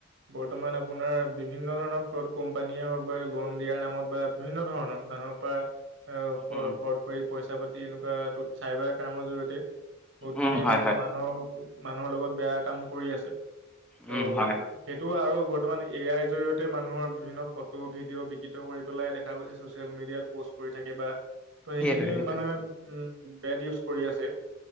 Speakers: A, on the right; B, in the centre.
A: বৰ্তমান আপোনাৰ বিভিন্ন ধৰণৰ ফ <unintelligible> কোম্পানী হওক বা লোন দিয়াৰ নামত বা বিভিন্ন ধৰণৰ মানুহৰ পৰা অ
B: উম
A: পট কৰি পইচা পাতি এনেকুৱা চাইবাৰ ক্ৰাইমৰ জৰিয়তে বহুত খিনি
B: উম হয়
A: মানু
B: হয়
A: মানুহৰ মানুহৰ লগত বেয়া কাম কৰি আছে ত'
B: উম হয় হয়।
A: সেইটো আৰু বৰ্তমান এ আইৰ জৰিয়তে মানুহৰ বিভিন্ন ফটো ভিডিঅ' বিকৃত কৰি পেলাই দেখা গৈছে চচিয়েল মিডিয়াত প'ষ্ট কৰি থাকে বা ত সেইখিনি
B: সেইটোৱে সেইটোৱে
A: মানে উম বেড ইউজ কৰি আছে